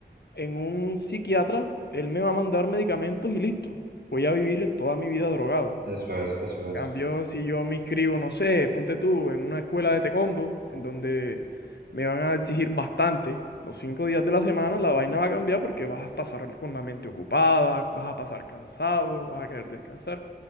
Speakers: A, on the left; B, on the right.
A: en un psiquiatra, él me va a mandar medicamentos y listo. Voy a vivir toda mi vida drogado.
B: Eso es, eso es.
A: Cambio, si yo me inscribo, no sé, ponte tú, en una escuela de taekwondo, en donde me van a exigir bastante, los cinco días de la semana, la vaina va a cambiar porque vas a pasar con la mente ocupada, vas a pasar cansado, vas a querer descansar.